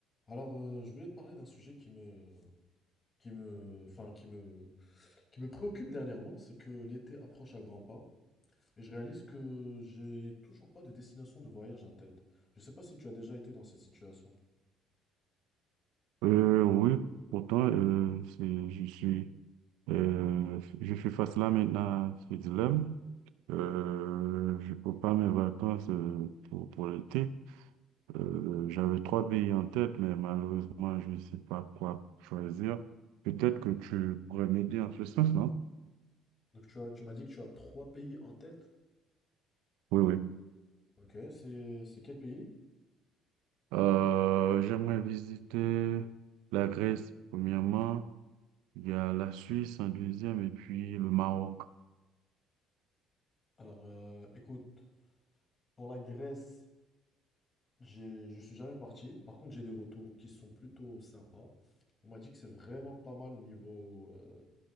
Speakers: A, on the left (about 30°); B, on the right (about 80°).
A: Alors, euh, je voulais te parler d'un sujet qui me, qui me, enfin, qui me, qui me préoccupe dernièrement, c'est que l'été approche à grands pas et je réalise que j'ai toujours pas de destination de voyage en tête. Je sais pas si tu as déjà été dans cette situation.
B: Euh, oui, pourtant, euh, c'est- je suis, euh, je suis face là maintenant à ce dilemme. Euh, je peux pas mes vacances euh, pour, pour l'été. Euh, j'avais trois pays en tête, mais malheureusement, je ne sais pas quoi choisir. Peut-être que tu pourrais m'aider en ce sens, non?
A: Donc, tu as, tu m'as dit que tu as trois pays en tête.
B: Oui, oui.
A: Ok, c'est, c'est quel pays?
B: Euh, j'aimerais visiter la Grèce, premièrement. Il y a la Suisse en deuxième et puis le Maroc.
A: Alors, euh, écoute, pour la Grèce, j'ai, je suis jamais parti. Par contre, j'ai des retours qui sont plutôt sympas. On m'a dit que c'est vraiment pas mal niveau, euh,